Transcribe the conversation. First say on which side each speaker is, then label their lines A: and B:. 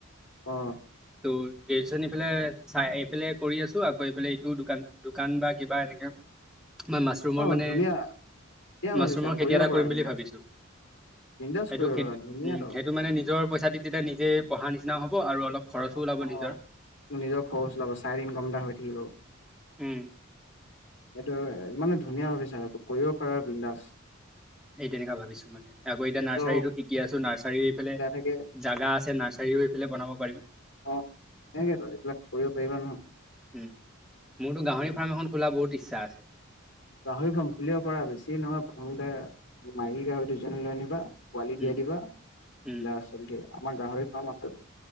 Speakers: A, on the left; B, in the centre.
A: অঁ।
B: ত' গ্ৰেজন এইফালে চাই এইফালে কৰি আছো আকৌ এইফালে এইটো দোকান- দোকান বা কিবা এনেকা। মই মাছৰুমৰ
A: অ
B: মানে
A: ধুনীয়া ধুনীয়া ভাবিছা
B: মাছৰুমৰ
A: কৰিব
B: খেতি এটা
A: পাৰা
B: কৰিম
A: বিন্দাছ
B: বুলি ভাবিছোঁ।
A: বিন্দাছ
B: সেইটো
A: কৰিব পাৰা ধুনীয়া
B: উম
A: ত
B: সেইটো মানে নিজৰ পইচা দি তেতিয়া নিজে পঢ়া নিচিনাও হ'ব আৰু অলপ- খৰচো
A: অঁ
B: ওলাব
A: অঁ
B: নিজৰ
A: নিজৰ খৰচ উলাব চাইট ইনকম এটা হৈ থাকিব।
B: উমঁ।
A: এইটো মানে ধুনীয়া ভাবিছা সেইটো কৰিব পাৰা বিন্দাজ।
B: সেই তেনেকা ভাবিছো মানে। আকৌ
A: নিজৰ
B: এতিয়া নাৰ্চাৰীটো শিকি আছো নাৰ্চাৰী এইফালে-
A: বেয়া থাকে
B: জাগা আছে নাৰ্চাৰীও এইফালে বনাব পাৰিম।
A: অঁ সেকেতো এইবিলাক কৰিব পাৰিবা নহয়।
B: উম মোৰতো গাহৰি ফাৰ্ম এখন খোলা বহুত ইচ্ছা আছে।
A: গাহৰি ফাৰ্ম খুলিব পৰাৰ বেছি নহয় প্ৰথমতে মাইকী গাহৰি দুজনী লৈ আনিবা। পোৱালি
B: উম
A: দি দিবা <unintelligible>
B: উম
A: আমাৰ গাহৰি ফাৰ্ম আছে।